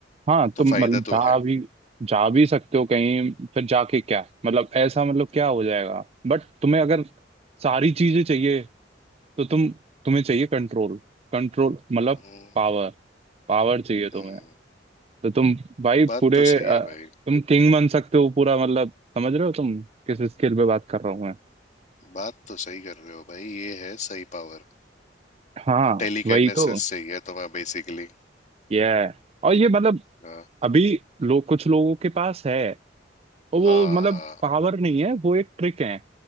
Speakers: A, on the right; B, on the left.
A: हाँ
B: तो
A: तुम
B: फायदा
A: मतलब जा
B: तो है
A: भी जा भी सकते हो कहीं फिर जाके क्या मतलब ऐसा मतलब क्या हो जाएगा बट तुम्हें अगर सारी चीजें चाहिए तो तुम तुम्हें चाहिए कंट्रोल कंट्रोल मतलब
B: हम्म,
A: पावर पावर चाहिए तुम्हें
B: हम्म,
A: तो तुम भाई
B: बात
A: पूरे
B: तो सही
A: अ,
B: है भाई
A: तुम किंग बन सकते हो पूरा मतलब समझ रहे हो तुम किस स्केल पे बात कर रहा हूँ मैं
B: बात तो सही कर रहे हो भाई ये है सही पावर
A: हाँ
B: टेलीकाइनेसिस
A: वही तो
B: चाहिए तुम्हें बेसिकली
A: ये है और ये मतलब
B: हाँ
A: अभी लोग कुछ लोगों के पास है और वो
B: हाँ
A: मतलब पावर नहीं है वो एक ट्रिक है